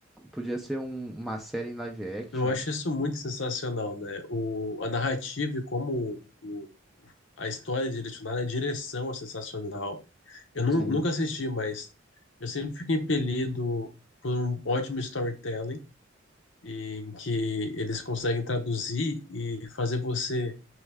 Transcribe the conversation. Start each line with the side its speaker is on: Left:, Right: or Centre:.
Centre: Podia ser um- uma série em live action,
Left: Eu acho isso muito sensacional, né? O, a narrativa e como o, a história é direcionada, a direção é sensacional. Eu nu-
Centre: Sim.
Left: nunca assisti, mas eu sempre fico impelido por um ótimo storytelling em que eles conseguem traduzir e fazer você